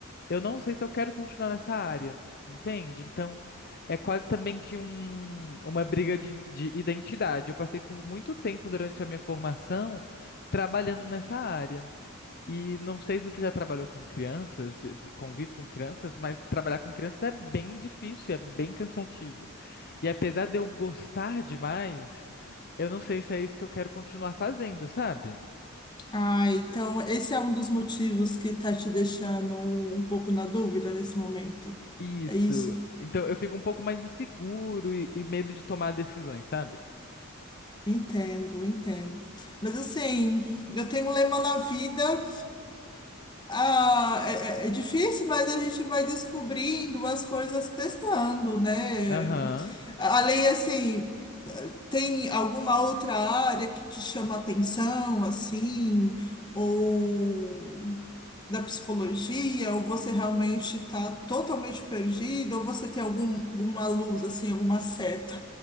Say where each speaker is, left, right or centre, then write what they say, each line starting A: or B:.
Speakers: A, on the left; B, on the left.
A: eu não sei se eu quero continuar nessa área, entende? Então, é quase também que um, uma briga de, de identidade. Eu passei por muito tempo durante a minha formação trabalhando nessa área. E não sei se você já trabalhou com crianças, vi- convive com crianças, mas trabalhar com crianças é bem difícil, é bem cansativo. E apesar de eu gostar demais, eu não sei se é isso que eu quero continuar fazendo, sabe?
B: Ah, então esse é um dos motivos que está te deixando um pouco na dúvida nesse momento.
A: Isso.
B: É isso?
A: Então eu fico um pouco mais inseguro e, e medo de tomar decisões, sabe?
B: Entendo, entendo. Mas assim, eu tenho um lema na vida Ah, é, é- é difícil, mas a gente vai descobrindo as coisas testando, né?
A: Aham.
B: Além, assim, tem alguma outra área que te chama atenção, assim, ou da psicologia, ou você realmente está totalmente perdido ou você tem algum, alguma luz, assim, alguma seta?